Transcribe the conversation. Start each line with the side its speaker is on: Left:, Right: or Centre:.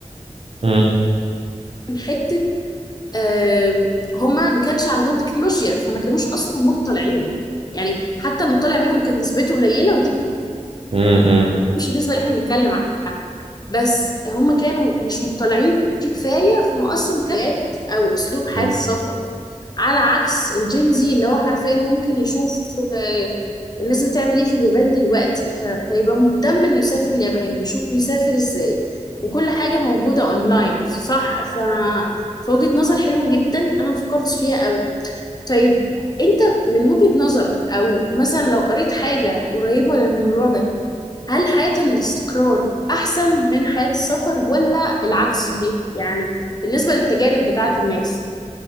Right: مم.
Left: من حتة آه، هما ما كانش عندهم تكنولوجيا فما كانوش اصلا مطلعين يعني حتى المطلع منهم كانت نسبته قليله ودي
Right: مم. مم.
Left: مش النسبه اللي احنا بنتكلم عنها بس هما كانوا مش مطلعين كفايه فما اصلا مكانت او اسلوب حياه
Right: مم.
Left: السفر على عكس الجينزي اللي هو حرفيا ممكن يشوف آه، الناس بتعمل ايه في اليابان دلوقتي ف- فيبقى مهتم انه يسافر اليابان ويشوف يسافر ازاي وكل حاجه موجوده اونلاين صح ف فوجهة نظر حلوة جدا أنا مفكرتش فيها طيب انت من وجهة نظرك او مثلا لو قريت حاجة قريبة للموضوع ده هل حياة الاستقرار احسن من حياة السفر ولا العكس صحيح يعني بالنسبة للتجارب بتاعة الناس